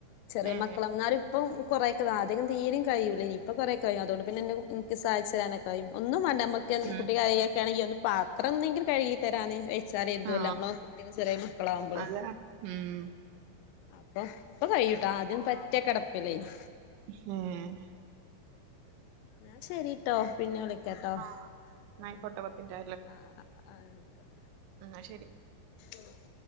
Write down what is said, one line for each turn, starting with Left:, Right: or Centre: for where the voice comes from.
Left: ചെറിയ
Right: ഏ
Left: മക്കളാ എന്നാലും ഇപ്പം ഇപ്പോ കൊറെക്കെ മാ ആദ്യക്കെ തിരീം കഴിയൂലേനിം ഇപ്പോ കൊറേക്കെ കയ്യും അതുകൊണ്ട് പിന്നെ ഇന്നെ എനിക്ക് സഹായിച്ച് തരാനൊക്കായും ഒന്നും വേണ്ടമ്മ ക്ക്
Right: ഉം.
Left: കുട്ടി കരയൊക്കെ ആണെങ്കിൽ ഒന്ന് പാത്രം ഒന്നെങ്കിലും കഴുകി തരാന് എന്ത് ച്ചാല് എന്തുല്ല
Right: ആ
Left: നമ്മള് കുട്ട്യള് ചെറിയ മക്കളാവുമ്പള്
Right: അതാ ഉം
Left: അപ്പൊ ഇപ്പൊ കഴിയൂട്ടാ ആദ്യം പറ്റ കെടപ്പില്ലേനി
Right: ഉം
Left: ന്നാ ശരിട്ടോ പിന്നെ വിളിക്കാട്ടോ
Right: ആ എന്നായിക്കോട്ടെ
Left: ഉം
Right: പത്തിന്റെ
Left: ആഹ് ആഹ് ആഹ് വിളിക്കാം
Right: ആഹ് ശരി
Left: ഉം